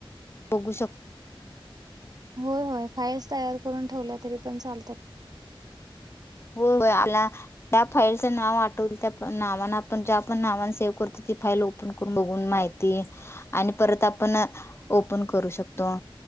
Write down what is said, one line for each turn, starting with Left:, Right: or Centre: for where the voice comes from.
Left: बघू शक
Right: होय होय. फाईल्स तयार करून ठेवल्या तरी पण चालतात.
Left: हो होय आला. त्या फाईलचं नाव आठवल त्या पण नावान आपण ज्या आपण नावान सेव्ह करतो ती फाईल ओपन करून बघून माहिती आणि परत आपण ओपन करू शकतो.